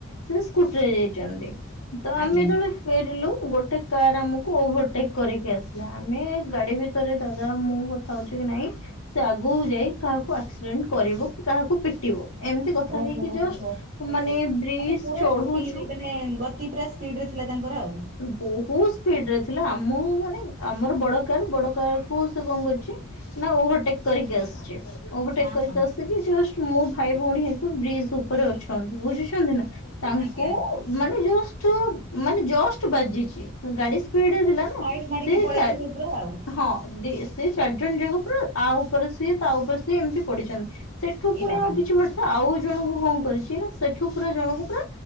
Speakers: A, on the left; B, on the right.
A: ସେ ସ୍କୁଟିରେ ଯାଇଚନ୍ତି ତଆମେ
B: ଆଜ୍ଞା
A: ଯେତେବେଳେ ଫେରିଲୁ ଗୋଟେ କାର ଆମକୁ ଓଭରଟେକ୍ କରିକି ଆସିଲା ଆମେ ଗାଡ଼ି ଭିତ ତରେ ଦାଦା ମୁଁ କଥା ହଉଚିକି ନାଇଁ ସେ ଆଗକୁ ଯାଇ କାହାକୁ ଆକ୍ସିଡେଣ୍ଟ କରିବକି କାହାକୁ ପିଟିବ ଏମିତି କଥା
B: ଓହୋ
A: ହେଇକି ଜଷ୍ଟ
B: ହୋ ହୋ
A: ମାନେ ବ୍ରିଜ୍
B: ମାନେ ପୁରା
A: ଚଢୁଚୁ
B: ସ୍ପିଡ ମାନେ ଗତି ପୁରା ସ୍ପିଡ୍ରେ ଥିଲା ତାଙ୍କର ଆଉ।
A: ବହୁତ୍ ସ୍ପିଡରେ ଥିଲା ଆମର ମାନେ ଆମର ବଡ଼ କାର୍ ବଡ଼ କାର୍କୁ ସେ କଣ କରିଚି ନା ଓଭରଟେକ୍ କରିକି ଆସିଚି ଓଭରଟେକ୍
B: ହଁ
A: କରିକି
B: ହଁ
A: ଆସିକି ମୋ ଭାଇ ଭଉଣୀ ହେରିକା ବ୍ରିଜ୍ ଉପରେ ଅଛନ୍ତି ବୁଝଛନ୍ତିନା ତାଙ୍କୁ
B: ଆଜ୍ଞା ଆଜ୍ଞା।
A: ମାନେ ଜଷ୍ଟ ମାନେ ଜଷ୍ଟ ବାଜିଚି ଗାଡି ସ୍ପିଡ଼େରେ ଥିଲା
B: ସାଇଡ ମାରିକି
A: ସେ
B: ପଳେଇଥିବେ
A: ଚା
B: ପୁରା ଆଉ
A: ହଁ ବି ସେ ଚାରି ଜଣ ଯାକ ପୁରା ଆ ଉପରେ ସିଏ ତା ଉପରେ ସିଏ ଏମିତି ପଡିିଛନ୍ତି ସେଠୁ
B: ଏ
A: ପୁଣି
B: ବାବା
A: ଆଉ କିଛି ବାଟ ତ ଆଉ ଜଣଙ୍କୁ କଣ କରିଚିନା ସେଠୁ ପୁରା ଜଣକୁ ପୁରା